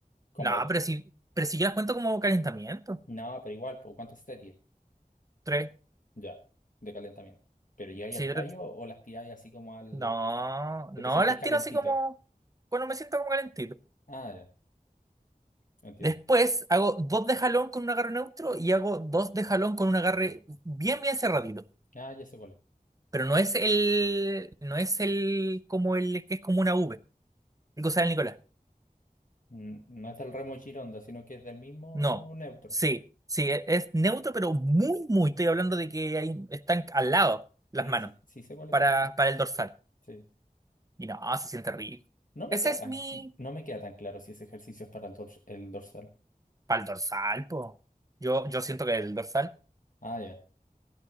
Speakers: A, on the left (about 60°); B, on the right (about 25°).
A: Como,
B: No, pero si, pero si yo las cuento como calentamiento.
A: no, pero igual, pues, ¿cuántas series?
B: Tres.
A: Ya, de calentamiento. ¿Pero llegáis
B: Sí,
A: al fallo
B: tres.
A: o las tiráis así como al...
B: No,
A: a-
B: no
A: que te sentís
B: las
A: calentito?
B: tiro así como. bueno me siento como calentito.
A: Ah, ya, entiendo.
B: Después hago dos de jalón con un agarre neutro y hago dos de jalón con un agarre bien, bien cerradito.
A: Ah, ya sé cuál es.
B: Pero no es el. No es el. Como el que es como una V. El que usaba el Nicolás.
A: Mm, No es del remo Gironda, sino que es del mismo
B: No.
A: neutro.
B: Sí. Sí, e- es neutro, pero muy, muy. Estoy hablando de que ahí están al lado las
A: Sí,
B: manos
A: sí, sí sé cuáles
B: para,
A: son, sí.
B: para el dorsal.
A: Sí.
B: Y no, ah, se siente rico.
A: No me
B: Ese
A: queda
B: es
A: tan,
B: mi...
A: no me queda tan claro si ese ejercicio es para el, dors- el dorsal.
B: Para el dorsal, po. Yo, yo siento que el dorsal.
A: Ah, ya.